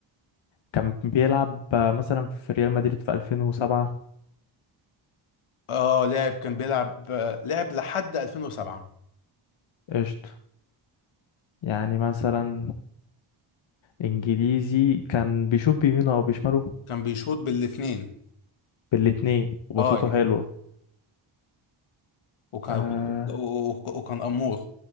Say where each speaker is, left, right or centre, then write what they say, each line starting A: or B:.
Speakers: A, on the left; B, on the left.
A: كان بيلعب آه، مثلا في ريال مدريد في 2007
B: اه لاعب كان بيلعب آه، لعب لحد 2007
A: قشطة يعني مثلا إنجليزي كان بيشوط بيمينه أو بيشماله
B: كان بيشوط بالاثنين
A: بالاتنين وبساطته
B: اه يعني
A: حلوة
B: وكان
A: آه
B: وكان وك- وكان امور